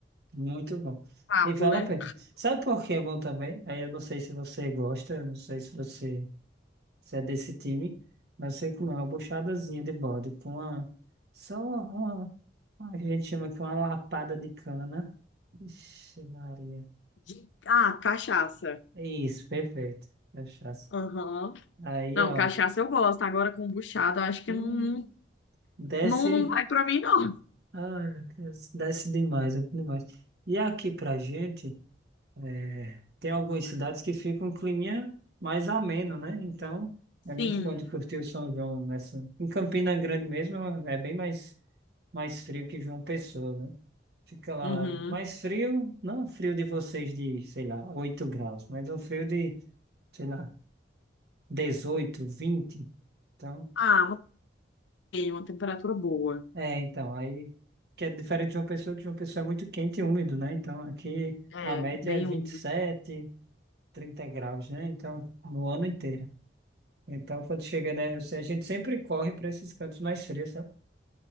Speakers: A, on the right (about 60°); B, on the left (about 80°).
A: Muito bom.
B: Papo,
A: E vale
B: né?
A: a pena. Sabe por que é bom também? Aí eu não sei se você gosta, eu não sei se você se é desse time, mas você comer uma buchadazinha de bode com uma, só uma, uma, a gente chama aqui uma lapada de cana. Ixi, Maria.
B: De- Ah, cachaça.
A: É Isso, perfeito. Cachaça.
B: Aham.
A: Aí,
B: Não,
A: ó,
B: cachaça eu gosto. Agora, kombuchada, eu acho que
A: hum,
B: não,
A: desce,
B: não, não vai pra mim, não.
A: ah, meu Deus, desce demais, é bom demais. E aqui pra gente. É, tem algumas cidades que ficam um climinha mais ameno, né? Então é muito
B: Sim.
A: bom de curtir o São João nessa. Em Campina Grande mesmo é bem mais, mais frio que João Pessoa, né? Fica lá
B: Uhum.
A: mais frio, não frio de vocês de, sei lá, 8 graus, mas é um frio de, sei lá, 18, 20. Então,
B: Ah, uma, uma temperatura boa.
A: é, então, aí que é diferente de João Pessoa, que João Pessoa é muito quente e úmido, né? Então aqui
B: É,
A: a média
B: bem
A: é vinte
B: úmido.
A: e sete. 30 graus, né? Então, no ano inteiro. Então, quando chega, né? A gente sempre corre para esses cantos mais frios, sabe?